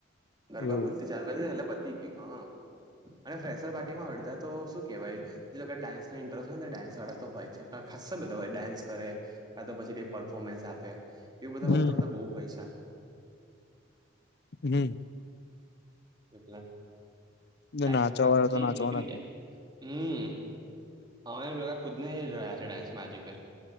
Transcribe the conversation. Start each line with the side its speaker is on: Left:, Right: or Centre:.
Right: ગરબા
Left: એવું
Right: ભૂલતી ચાલુ કર દીધું એટલે પતી ગયું હ અને ફેસરપાર્ટીમાં અડધા તો શું કેવાય એ લોકો ડાન્સનો ઇન્ટરેસ્ટ હોય ને તો ડાન્સવાળા તો હોય છે ખાસા બધા હોય ડાન્સ કરે કા તો પછી કઈક પરફોર્મન્સ આપે એવું બધાવાળ
Left: હમ
Right: તો બધા બોવ હોય છે.
Left: હમ.
Right: એટલે
Left: ને
Right: ટાઈમપાસથી
Left: નાચવા વાળા તો નાચવાના
Right: જ નીકળી જાય.
Left: ને
Right: હમ હવે એવું લા ખુદને રહ્યા છે ડાન્સમાં હજી ફેર.